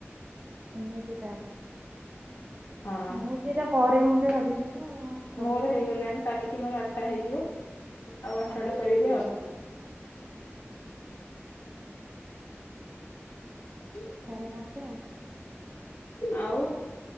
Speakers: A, on the right (about 35°); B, on the left (about 85°).
A: ଏମିତି ତାହେଲେ?
B: ହଁ।
A: ମୁଁ ସେଇଟା କରିବି ବୋଲି ଭାବିଚି ତ କରିବି
B: ମୋର ହେଇଗଲାଣି
A: କରିବି
B: କାଲିକି ମୋର ଆଠଟା ହେଇଯିବ ଆଉ ଆଠଟା
A: ଓହୋ
B: କରିବି ଆଉ। <inaudible>
A: ସାଢ଼େ <unintelligible> ଆଉ।
B: ଆଉ